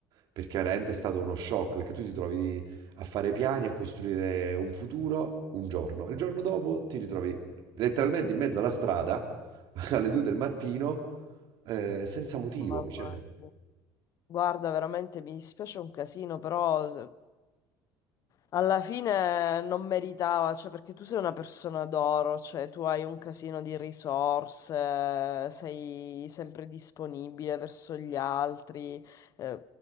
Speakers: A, on the right (about 60°); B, on the left (about 45°).
A: perché veramente è stato uno shock, perché tu ti trovi a fare piani e a costruire un futuro un giorno, e il giorno dopo ti ritrovi letteralmente in mezzo alla strada <laughs> alle 2 del mattino, ehm, senza motivo,
B: Mamma
A: cioè
B: mia. Guarda, veramente mi dispiace un casino, però eh, Alla fine non meritava, cioè perché tu sei una persona d'oro, cioè tu hai un casino di risorse, sei sempre disponibile verso gli altri, eh,